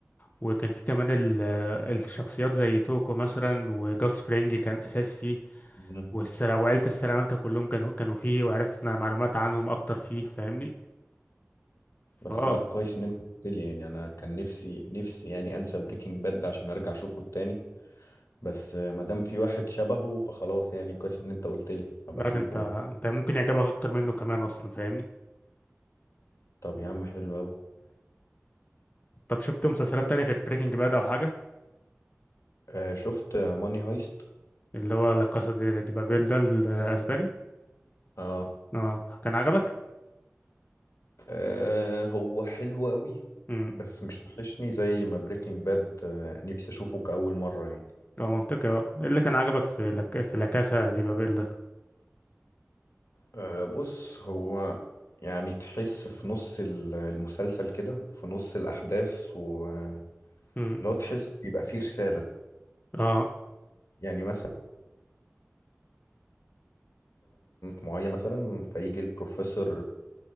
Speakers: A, on the left; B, on the left.
A: وكان في كمان ال- الشخصيات زي توكو مثلا وجاس فرينج كان اساسي فيه
B: مم.
A: والسلا- وعيلة السلامانكا كلهم كانوا كانوا فيه وعرفنا معلومات عنهم اكتر فيه فاهمني
B: بس
A: فاه
B: لا كويس ان انت قلت لي يعني انا كان نفسي نفسي يعني انسى بريكنج باد ده عشان ارجع اشوفه تاني بس ما دام في واحد شبهه فخلاص يعني كويس ان انت قلت لي ابقى
A: لا
B: اشوفه
A: ده انت
B: يعني
A: انت ممكن يعجبك اكتر منه كمان اصلا فاهمني
B: طب يا عم حلو قوي
A: طب شفت مسلسلات تانية غير بريكنج باد او حاجة
B: آه شفت ماني هايست
A: اللي هو لا كاسا دي دي بابيل ده الاسباني
B: اه
A: اه كان عجبك
B: آه، هو حلو قوي
A: امم
B: بس مش وحشني زي ما بريكنج باد آه نفسي اشوفه كأول مرة يعني
A: هو منطقي اه إيه اللي كان عجبك في لك... في لا كاسا دي بابيل ده
B: آه بص هو يعني تحس في نص ال- المسلسل كده في نص الأحداث ولو
A: امم
B: تحس يبقى فيه رسالة
A: اه
B: يعني مثلا معين مثلا فيجي البروفيسور